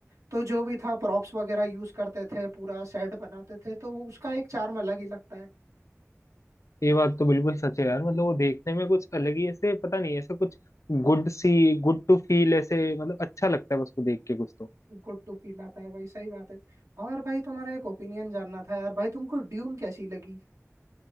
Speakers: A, on the right (about 80°); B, on the left (about 75°).
A: तो जो भी था प्रॉप्स वगैरह यूज करते थे पूरा सेट बनाते थे तो उसका एक charm अलग ही लगता है
B: ये बात तो बिल्कुल सच है यार मतलब वो देखने में कुछ अलग ही ऐसे पता नहीं ऐसे कुछ गुड सी गुड टू फील ऐसे मतलब अच्छा लगता है उसको देख के कुछ तो
A: गुड टू फील आता है भाई सही बात है और भाई तुम्हारा एक ओपिनियन जानना था यार भाई तुमको ड्यून कैसी लगी